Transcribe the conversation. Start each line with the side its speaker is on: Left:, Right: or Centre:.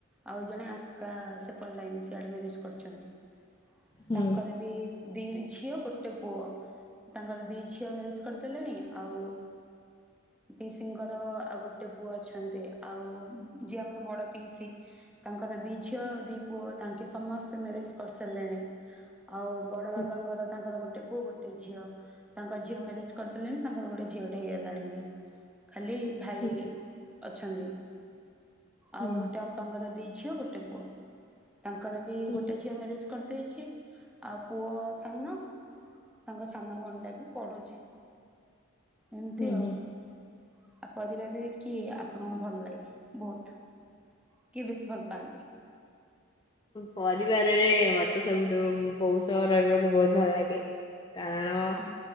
Centre: ଆଉ ଜଣେ ଆସ୍କା ସେ ପଟଲାଇନ୍ ସିଆଡ଼େ ମ୍ୟାରେଜ କରିଛନ୍ତି।
Left: ହୁଁ
Centre: ତାଙ୍କର ବି ଦି ଝିଅ ଗୋଟେ ପୁଅ ତାଙ୍କର ଦି ଝିଅ ମ୍ୟାରେଜ କରିଦେଲେଣି ଆଉ ପିଇସିଙ୍କର ଆଉ ଗୋଟେ ପୁଅ ଅଛନ୍ତି ଆଉ ଯିଏ ଆମର ବଡ଼ ପିଇସି ତାଙ୍କର ଦି ଝିଅ ଆଉ ଦି ପୁଅ ତାଙ୍କେ ସମସ୍ତେ ମ୍ୟାରେଜ କରିସାରିଲେଣି ଆଉ ବଡ଼
Left: ହୁଁ
Centre: ବାବାଙ୍କର ତାଙ୍କର ଗୋଟେ ଗୋଟେ ପୁଅ ଗୋଟେ ଝିଅ ତାଙ୍କ ଝିଅ ମ୍ୟାରେଜ କରିଦେଲେଣି ତାଙ୍କର ଗୋଟେ ଝିଅଟେ ହେଇଗଲାଣି ବି ଖାଲି ଭାଇ
Left: ହୁଁ
Centre: ଅଛନ୍ତି। ଆଉ
Left: ହୁଁ
Centre: ଗୋଟେ ଅପାଙ୍କର ଦି ଝିଅ ଗୋଟେ ପୁଅ। ତାଙ୍କର ବି
Left: ହୁଁ
Centre: ଗୋଟେ ଝିଅ ମ୍ୟାରେଜ୍ କରିଦେଇଛି ଆଉ ପୁଅ ସାନ ତାଙ୍କ ସାନ ଭଉଣୀ ଟା ବି ପଢ଼ୁଛି। ଏମିତି
Left: ହୁଁ
Centre: ଆଉ
Left: ହୁଁ।
Centre: । ଆଉ ପରିବାରରେ କିଏ ଆପଣଙ୍କୁ ଭଲ ଲାଗେ ବହୁତ କିଏ ବେଶୀ ଭଲ ପାଆନ୍ତି?
Left: ପରିବାରରେ ମତେ ସବୁଠୁ ବୋଉ ସହ ରହିବାକୁ ବହୁତ ଭଲ ଲାଗେ । କାରଣ
Centre: ହୁଁ।